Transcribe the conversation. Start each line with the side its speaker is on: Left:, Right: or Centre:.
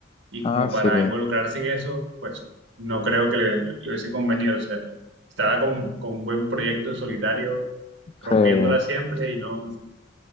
Right: y como
Left: Ah,
Right: para
Left: sí,
Right: involucrarse en eso, pues no creo que le, le hubiese convenido. O sea, estaba con, con un buen proyecto en solitario, rompiéndola
Left: sí.
Right: siempre y no,